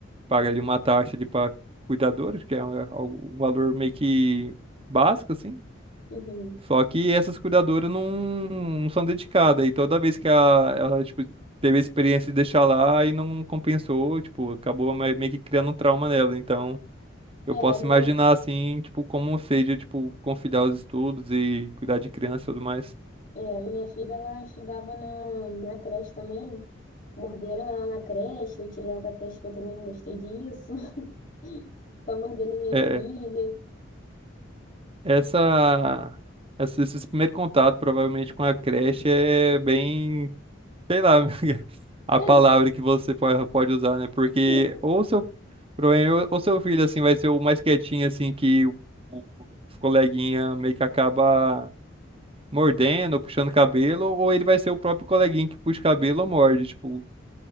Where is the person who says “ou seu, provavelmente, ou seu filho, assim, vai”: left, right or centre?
Right